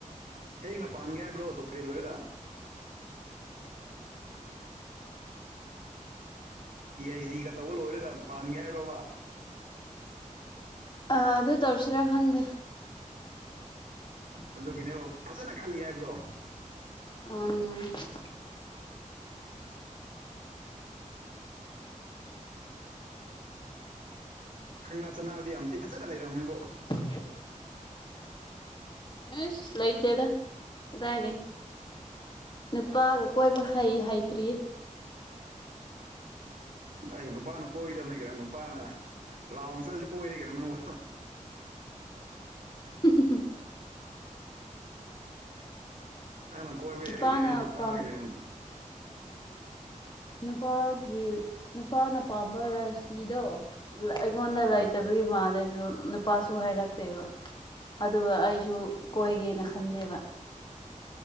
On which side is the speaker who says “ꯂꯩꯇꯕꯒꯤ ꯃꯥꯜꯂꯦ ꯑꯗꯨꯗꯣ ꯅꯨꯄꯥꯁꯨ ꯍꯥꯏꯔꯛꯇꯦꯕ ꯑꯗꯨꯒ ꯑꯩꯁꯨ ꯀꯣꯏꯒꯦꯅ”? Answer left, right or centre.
Left